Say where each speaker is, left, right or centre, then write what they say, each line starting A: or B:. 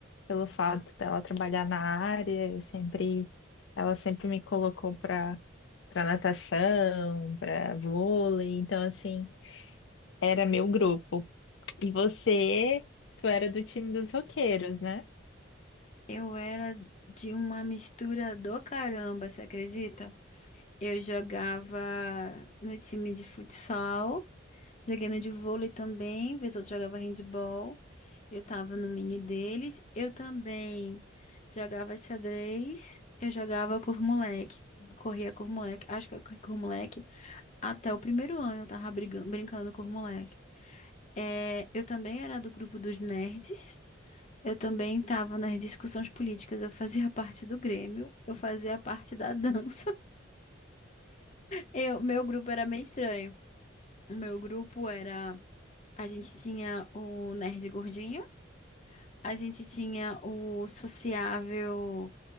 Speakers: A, on the left (about 65°); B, on the left (about 35°).
A: pelo fato dela trabalhar na área, eu sempre, ela sempre me colocou para para natação, para vôlei. Então, assim, era meu grupo. E você, tu era do time dos roqueiros, né?
B: Eu era de uma mistura do caramba, você acredita? Eu jogava no time de futsal, joguei no de vôlei também, vez ou outra jogava handball. Eu tava no mini deles. Eu também jogava xadrez, eu jogava com os moleque, corria com os moleque, acho que eu corri com os moleque. Até o primeiro ano eu tava brigando, brincando com os moleques. É, eu também era do grupo dos nerds. Eu também tava nas discussões políticas. Eu fazia <laughs> parte do Grêmio. Eu fazia parte da dança. <laughs> Eu, meu grupo era meio estranho. O meu grupo era. A gente tinha o nerd gordinho. A gente tinha o sociável.